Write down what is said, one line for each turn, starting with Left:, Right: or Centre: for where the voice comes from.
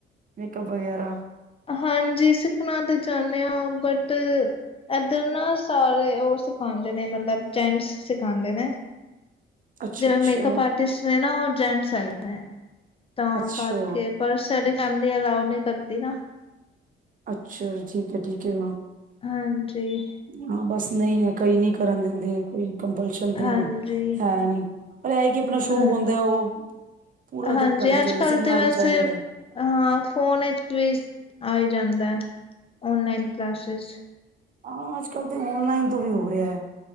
Right: ਮੇਕਅਪ ਵਗੈਰਾ?
Left: ਹਾਂਜੀ ਸਿੱਖਣਾ ਤਾਂ ਚਾਹੁੰਦੇ ਹ ਬਟ ਇੱਧਰ ਨਾ ਸਾਰੇ ਉਹ ਸਿਖਾਉਂਦੇ ਨੇ ਮਤਲਬ ਟੈਨਸ ਸਿਖਾਉਂਦੇ ਨੇ।
Right: ਅੱਛਾ,
Left: ਜਿਵੇਂ
Right: ਅੱਛਾ,
Left: ਮੇਕਅਪ ਆਰਟਿਸਟ ਨੇ ਨਾ ਉਹ ਜੇਂਟਸ ਏ। ਤਾਂ
Right: ਅੱਛਾ,
Left: ਕਰਕੇ ਪਰ ਸਾਡੀ ਫੈਮਿਲੀ ਅਲਾਓ ਨਹੀਂ ਕਰਦੀ ਨਾ।
Right: ਅੱਛਾ ਠੀਕ ਹੈ ਠੀਕ ਹੈ
Left: ਹਾਂਜੀ
Right: ਹਾਂ ਬਸ ਨਹੀਂ ਹੈ ਕਈ ਨੀ ਕਰਨ ਦਿੰਦੇ ਕੋਈ ਕੰਪਲਸ਼ਨ ਤੇ
Left: ਹਾਂਜੀ
Right: ਹੈ ਨੀ। ਪਰ ਇਹ ਕਿ ਆਪਣਾ ਸ਼ੌਕ
Left: ਹਾਂਜੀ
Right: ਹੁੰਦਾ ਉਹ ਪੂਰਾ
Left: ਹਾਂਜੀ
Right: ਤੇ ਕਰਨਾ
Left: ਅੱਜ
Right: ਚਾਹੀਦਾ,
Left: ਕੱਲ
Right: ਸਿੱਖਣਾ
Left: ਤੇ ਵੈਸੇ
Right: ਵੀ ਚਾਹੀਦਾ ਹੈ।
Left: ਹਾਂ ਫੋਨ ਵਿੱਚ ਵੀ ਆਈ ਜਾਂਦਾ ਓਨਲਾਈਨ ਕਲਾਸਿਸ।
Right: ਹਾਂ ਅੱਜ-ਕੱਲ੍ਹ ਤੇ ਔਨਲਾਈਨ ਤੋਂ ਵੀ ਹੋ ਰਿਹਾ ਏ।